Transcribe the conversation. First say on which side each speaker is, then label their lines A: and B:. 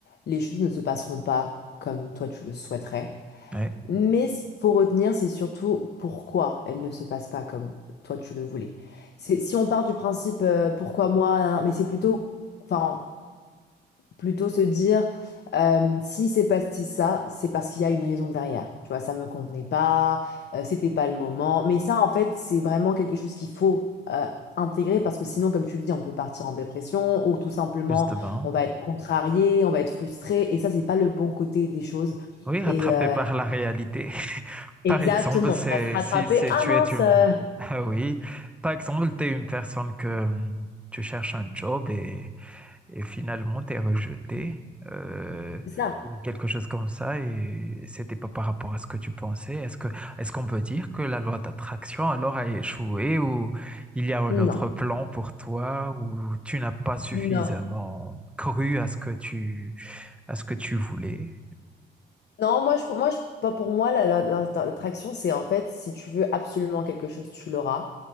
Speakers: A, on the left; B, in the centre.
A: les choses ne se passeront pas comme toi tu le souhaiterais.
B: Oui,
A: Mais ce qu'il faut retenir, c'est surtout pourquoi elles ne se passent pas comme toi tu le voulais. C'est, si on part du principe euh, pourquoi moi, hein, mais c'est plutôt... Enfin, plutôt se dire euh, si c'est passé ça, c'est parce qu'il y a une raison derrière. Tu vois, ça me convenait pas, euh, c'était pas le moment. Mais ça, en fait, c'est vraiment quelque chose qu'il faut euh, intégrer parce que sinon, comme tu le dis, on peut partir en dépression ou tout simplement,
B: justement.
A: on va être contrarié, on va être frustré. Et ça, c'est pas le bon côté des choses.
B: Oui, rattrapé
A: Et euh,
B: par la réalité. <laughs>
A: exactement,
B: Par exemple, c'est,
A: on va se rattraper.
B: si, si tu
A: Ah mince,
B: es une,
A: euh,
B: <laughs> ah oui. Par exemple, tu es une personne que hum, tu cherches un job et et finalement t'es rejeté euh,
A: c'est ça.
B: ou quelque chose comme ça et c'était pas par rapport à ce que tu pensais. Est-ce que est-ce qu'on peut dire que la loi d'attraction alors a échoué ou il y a un autre
A: Non,
B: plan pour toi ou tu n'as pas suffisamment
A: non.
B: cru à ce que tu à ce que tu voulais?
A: Non, moi, je, pour moi, je, pas pour moi, la- la- la- l'attraction, c'est en fait, si tu veux absolument quelque chose, tu l'auras.